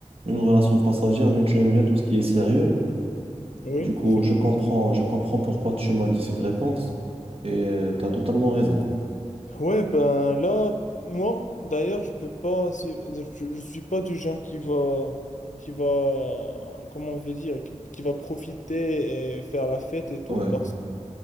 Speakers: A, on the right (about 50°); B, on the left (about 85°).
A: une relation passagère, mais tu aimes bien tout ce qui est sérieux.
B: Oui,
A: Du coup,
B: effectivement.
A: je comprends, je comprends pourquoi tu m'as dit cette réponse et tu as totalement raison.
B: Ouais, ben là, moi, d'ailleurs, je peux pas, si- je, je suis pas du genre qui va, qui va, comment on veut dire, qui, qui va profiter et faire la fête et tout,
A: Ouais,
B: parce que